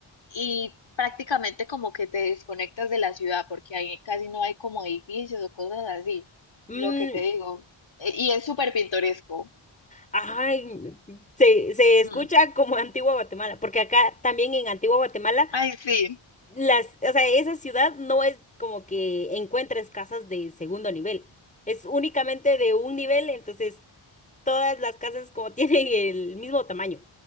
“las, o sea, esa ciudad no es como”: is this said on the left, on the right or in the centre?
Left